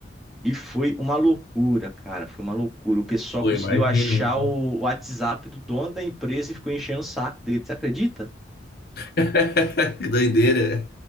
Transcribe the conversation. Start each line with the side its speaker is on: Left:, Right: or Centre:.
Centre: E foi uma loucura, cara. Foi uma loucura. O pessoal
Left: Pô,
Centre: conseguiu
Left: imagino,
Centre: achar
Left: mano.
Centre: o WhatsApp do dono da empresa e ficou enchendo o saco dele. Você acredita?
Left: <laughs> Que doideira.